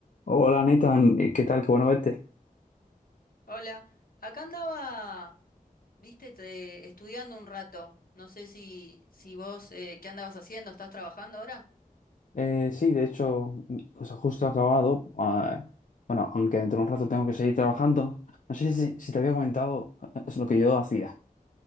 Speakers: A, on the left; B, on the left.
A: Hola Nathan, Eh, ¿qué tal? Qué bueno verte.
B: Hola, acá andaba, viste, te- estudiando un rato. No sé si, si vos, eh, ¿qué andabas haciendo? ¿Estás trabajando ahora?
A: Eh, sí, de hecho, mm, o sea, justo he acabado. ah, bueno, aunque dentro de un rato tengo que seguir trabajando. No sé si, si te había comentado eh, es lo que yo hacía.